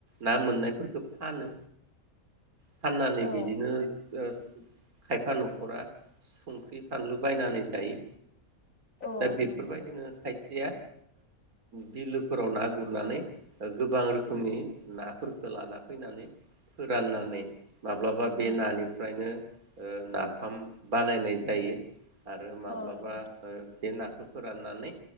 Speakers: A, on the right; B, on the left.
A: ना मोननायफोर खौ फानो। फाननानै
B: औ
A: बिदिनो ओ खायफा न'खरा संख्रि फानलु बायनानै जायो।
B: औ
A: दा बेफोर
B: नंगौ नोंथां
A: बायदिनो खायसे या बिलोफोराव ना गुरनानै ओ गोबां रोखोमनि
B: उम
A: ना फोरखौ लाना फैनानै फोराननानै माब्लाबा बे
B: उम
A: नानिफ्रायनो ओ नाफाम बानायनाय जायो। आरो माब्लाबा
B: औ नंगौ नोंथां
A: ओ बे ना फोराननानै